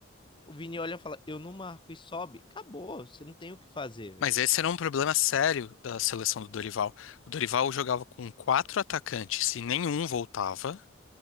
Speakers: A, on the left; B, on the left.
A: O Vini olha e fala, eu não marco e sobe. Acabou, você não tem o que fazer, velho.
B: Mas esse era um problema sério da seleção do Dorival. O Dorival jogava com quatro atacantes e nenhum voltava.